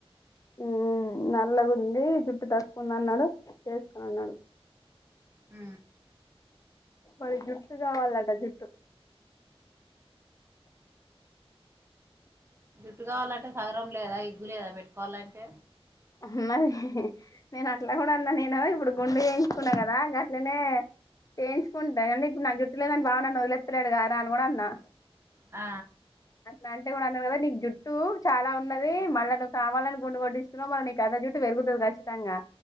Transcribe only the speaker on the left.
ఉ నల్లగు ఉంది జుట్టు తక్కుంద అన్నాడు చేసుకుని అన్నాడు
మరి జుట్టు కావాలట జుట్టు
అ మరి నేను అట్లా కూడా అన్నా నేను ఇప్పుడు గుం డు చేయించుకున్నా కదా అట్లనే చేయించుకుంటుా అంటే ఇప్పుడు నా గుట్లేదని బాగున్నాను వదిలెత్తలేడు గారా అని కూడా అన్నా
అ అంటే కూడా అన్నా కదా నీకు జుట్టు చాలా ఉన్నది మళ్ళా నువవు కావాలని గుండు కొట్ తిను మరి అంత జుట్టు పెరుగుతుంది కచ్చితంగా